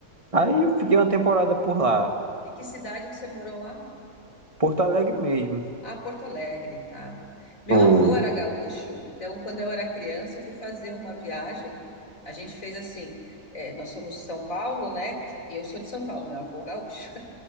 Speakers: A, on the right; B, on the left.
A: Aí eu fiquei uma temporada por lá.
B: e que cidade que você morou lá?
A: Porto Alegre mesmo.
B: Ah, Porto Alegre, tá? Meu
A: Foi,
B: avô era gaúcho, então quando eu era criança, eu fui fazer uma viagem. A gente fez assim. eh, nós somos de São Paulo, né? Quer dizer, Eu sou de São Paulo, meu avô gaúcho.